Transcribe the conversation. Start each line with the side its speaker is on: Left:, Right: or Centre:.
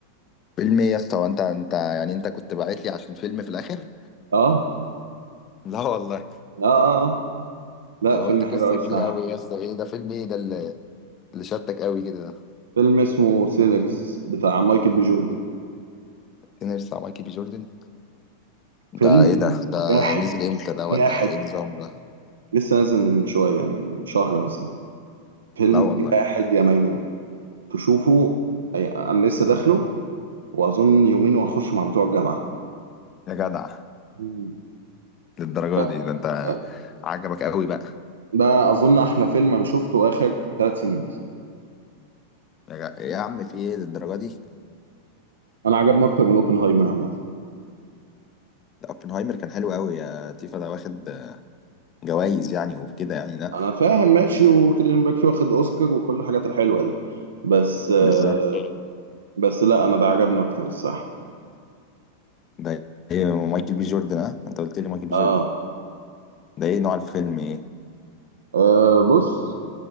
Left: فيلم ايه يا اسطى وانت انت يعني انت كنت باعت لي عشان فيلم في الاخر
Right: اه
Left: <laughs> لا والله
Right: لا اه اه لا
Left: ده انا
Right: فيلم
Left: قلت
Right: حلو
Left: قصه
Right: قوي الصراحه
Left: كبيره قوي يا اسطى ايه ده فيلم ايه ده اللي اللي شدك قوي كده ده
Right: فيلم اسمه سينرز بتاع مايكل بي جوردن
Left: تنرس بتاع مايكل بي جوردن
Right: فيلم
Left: ده ايه ده ده
Right: جاحد
Left: نزل امتى ده ولا
Right: جاحد
Left: ايه نظامه ده
Right: لسه نازل من شويه من شهر مثلا فيلم
Left: لا والله
Right: جاحد يا ميمون تشوفه أي- انا لسه داخله واظن يومين وهخش مع بتوع الجامعه
Left: يا جدع
Right: مم.
Left: للدرجه
Right: لا
Left: دي ده انت
Right: لا.
Left: عجبك قوي بقى
Right: ده اظن احلى فيلم انا شفته اخر ثلاث سنين مثلا
Left: يا, جا... يا عم في ايه للدرجه دي
Right: انا عجبني اكتر من اوبنهايمر عامه
Left: ده اوبنهايمر كان حلو قوي يا تيفا ده واخد جوائز يعني وكده يعني لا
Right: انا فاهم ماشي وكيليان ميرفي واخد اوسكار وكل الحاجات الحلوه دي بس آه
Left: بالظبط
Right: بس لا انا ده عجبني اكتر الصح
Left: ده ايه مايكل بي جوردن اه انت قلت لي مايكل بي
Right: اه,
Left: جوردن ده ايه نوع الفيلم ايه
Right: آه بص